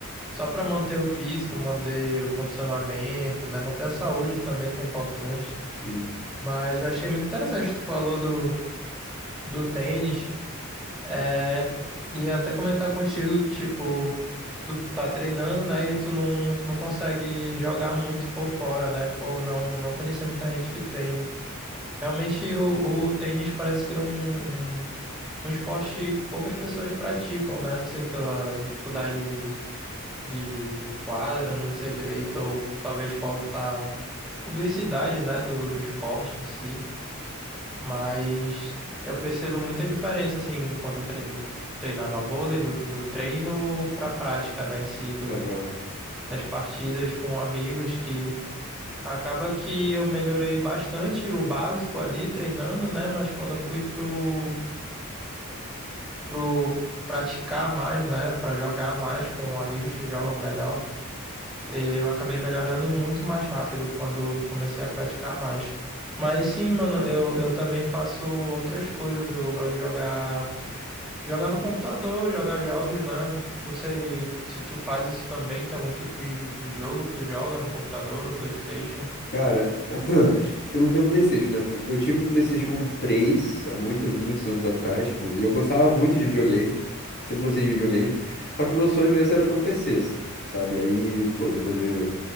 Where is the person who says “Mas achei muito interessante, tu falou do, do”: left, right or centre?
Centre